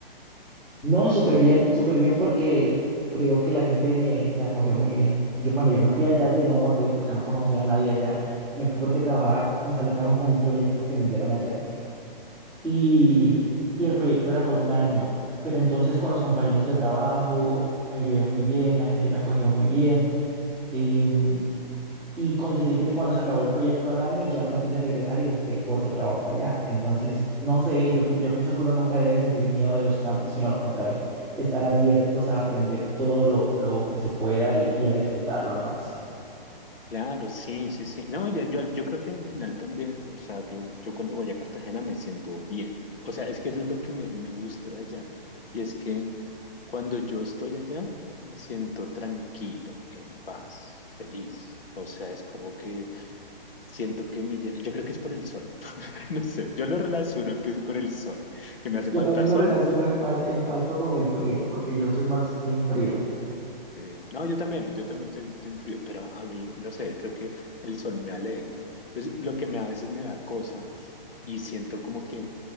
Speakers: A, in the centre; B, on the left.
A: no, súper bien, súper bien porque creo que la gente me, me acogió muy bien. Yo cuando yo me fui allá, llegué a un hotel porque no conocía a nadie allá. Me fui porque trabajaba, me salió trabajo con un proyecto que me enviaron allá. y, y el proyecto era por un año, pero entonces con los compañeros de trabajo me llevé muy bien, la gente me acogió muy bien, em, y con decirte que cuando se acabó el proyecto al año ya no me quise regresar y busqué otro trabajo allá. Entonces, no sé, yo, yo pienso que uno nunca debe sentir miedo de los cambios, sino al contrario, estar abiertos a aprender todo lo, lo que se pueda y, y a disfrutarlo al máximo.
B: Claro, sí, sí, sí. No, yo, yo, yo creo que al final también, o sea, yo, yo cuando voy a Cartagena me siento bien. O sea, es que eso es lo que me, me gusta de allá. Y es que cuando yo estoy allá, me siento tranquilo, en paz, feliz. O sea, es como que siento que me llena. Yo creo que es por el sol. <laughs> No sé, yo lo relaciono que es con el sol, que me hace
A: Yo
B: falta
A: también
B: sol.
A: lo relaciono el pas- en Pasto con el frío, porque yo soy más team frío.
B: Eh, no, yo también, yo también soy team frío, pero a mí, no sé, creo que el sol me alegra. Entonces, lo que me, a veces me da cosa. y siento como que,